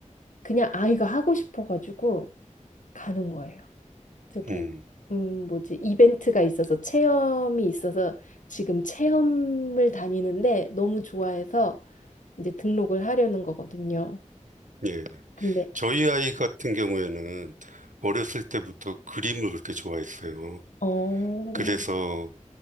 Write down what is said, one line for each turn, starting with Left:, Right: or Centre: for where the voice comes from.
Left: 그냥 아이가 하고 싶어가지고 가는 거예요. 저기
Right: 음.
Left: 음 뭐지 이벤트가 있어서 체험이 있어서 지금 체험을 다니는데 너무 좋아해서 이제 등록을 하려는 거거든요.
Right: 예.
Left: 근데
Right: 저희 아이 같은 경우에는 어렸을 때부터 그림을 그렇게 좋아했어요.
Left: 어,
Right: 그래서